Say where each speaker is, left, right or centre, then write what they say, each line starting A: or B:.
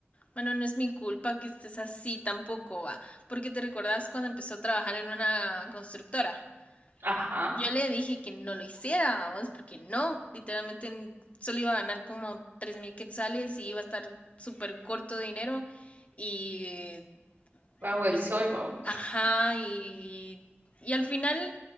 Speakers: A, on the left; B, on the right.
A: Bueno, no es mi culpa que estés así tampoco, va. Porque te recordás cuando empezó a trabajar en una constructora.
B: ajá,
A: Yo le dije que no lo hiciera, vamos, porque no. Literalmente en- solo iba a ganar como 3.000 quetzales y iba a estar súper corto de dinero. Y.
B: bajo
A: Entonces,
B: el sol, vamos.
A: ajá, y. Y al final,